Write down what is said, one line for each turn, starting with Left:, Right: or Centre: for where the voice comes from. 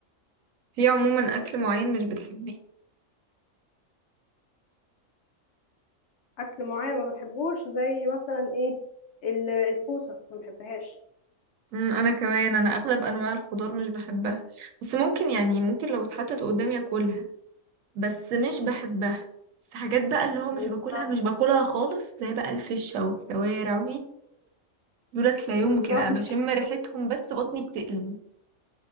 Right: في عموما أكل معين مش بتحبيه
Left: اكل معين ما بحبوش زي مثلا ايه ال- الكوسه ما بحبهاش
Right: أمم، انا كمان انا اغلب انواع الخضار مش بحبها بس ممكن يعني ممكن لو اتحطت قدامي اكلها بس مش بحبها بس حاجات بقى اللي هو
Left: بالظبط
Right: مش باكلها مش باكلها خالص زي بقى الفشة والكوارع دولت لا
Left: بالظبط
Right: يمكن انا
Left: <laughs>
Right: بشم ريحتهم بس بطني بتقلب